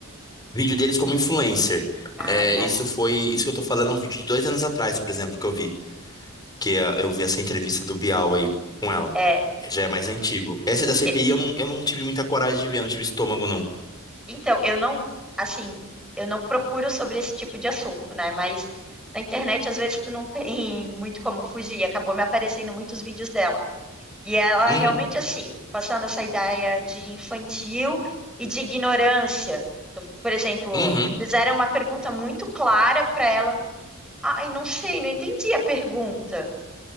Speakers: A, on the left (about 20°); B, in the centre.
A: vídeo deles como influencer.
B: Ah,
A: É,
B: tá.
A: isso foi, isso que eu tô falando é um vídeo de dois anos atrás, por exemplo, que eu vi, que ah, eu vi essa entrevista do Bial aí com ela.
B: É,
A: Já é mais antigo. Essa da CPI
B: e-
A: eu não, eu não tive muita coragem de ver, não tive estômago, não.
B: então, eu não, assim, eu não procuro sobre esse tipo de assunto, né? Mas na internet, às vezes, tu não tem <laughs> muito como fugir. e Acabou me aparecendo muitos vídeos dela. E ela
A: Uhum,
B: realmente, assim, passando essa ideia de infantil e de ignorância. Tu- Por exemplo,
A: uhum.
B: fizeram uma pergunta muito clara para ela. Ai, não sei, não entendi a pergunta.